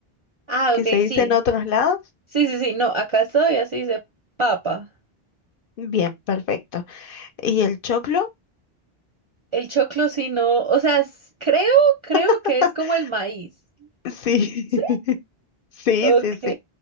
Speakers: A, on the right (about 50°); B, on the left (about 65°).
A: Ah,
B: que
A: ok,
B: se dice
A: sí.
B: en otros lados.
A: Sí, sí, sí, no, acá todavía se dice papa.
B: Bien, perfecto. ¿Y el choclo?
A: El choclo sí no, o sea, s- creo, creo
B: <laughs>
A: que es como el maíz.
B: Sí,
A: ¿Sí?
B: <laughs> sí,
A: Ok.
B: sí, sí,